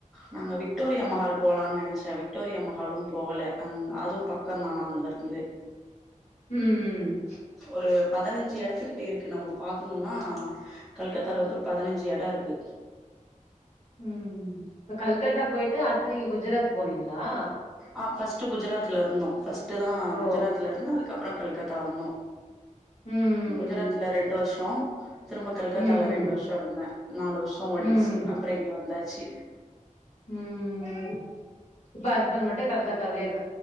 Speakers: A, in the centre; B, on the left.
A: நாங்க விக்டோரியா மஹால் போலான்னு நெனச்சே விக்டோரியா மஹாலு போகலை அந் அதுவு பக்கந்தானா அங்கருந்து
B: ம்
A: ஒரு பதினஞ்சு எடத்துக்கிட்ட இருக்கு நம்ம பாக்கணுனா கல்கத்தால வந்து ஒரு பதினஞ்சு எடோ இருக்கு
B: ம் இப்ப கல்கட்டா போயிட்டு அடுத்த நீங்க குஜராத் போனீங்களா
A: ஆ ஃபஸ்ட்டு குஜராத்ல இருந்தோ ஃபஸ்ட்டு தா
B: ஓ
A: குஜராத்ல இருந்தோ அதுக்கப்பறோ கல்கத்தா வந்தோ
B: ம்
A: குஜராத்ல ரெண்டு வருஷோ திரும்ப கல்கத்தால
B: ம்
A: ரெண்டு வருஷோ இருந்தே நாலு வருஷோ ஓடிடுச்சு
B: ம்
A: அப்பறோ இங்க வந்தாச்சி
B: ம் இப்ப ஹஸ்பண்ட் மட்டு கல்கத்தாவேலயே இருக்